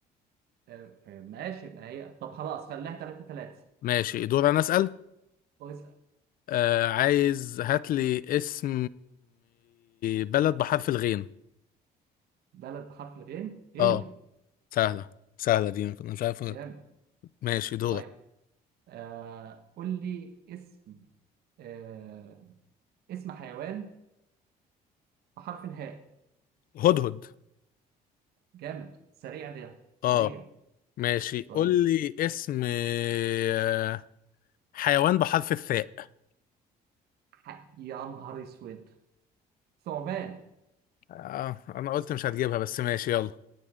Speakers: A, on the right; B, on the left.
A: آه، آه، ماشي ما هي طب خلاص خليها 3 3
B: ماشي دور أنا أسأل
A: اسال
B: آه عايز هات لي اسم بلد بحرف الغين
A: بلد بحرف الغين غينيا
B: أه سهلة سهلة دي أنا مش عارف أنا-
A: جامد
B: ماشي دورك
A: طيب آه قول لي اسم آه اسم حيوان بحرف الهاء
B: هدهد
A: جامد سريع ده سريع
B: أه ماشي
A: طيب
B: قول لي اسم آه، حيوان بحرف الثاء
A: ح- يا نهار اسود ثعبان
B: اه انا قلت مش هتجيبها بس ماشي يلا